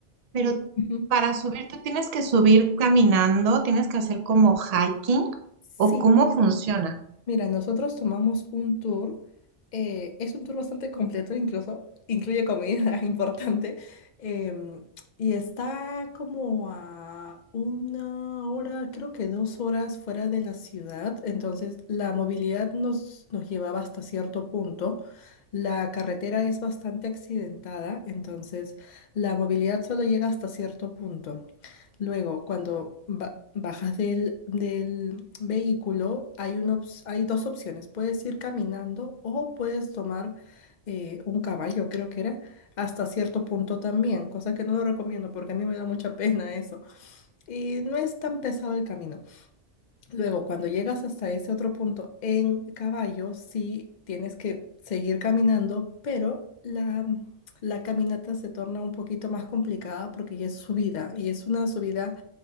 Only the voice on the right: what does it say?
pero
para subir tú tienes que subir caminando, tienes que hacer como hiking
o cómo funciona.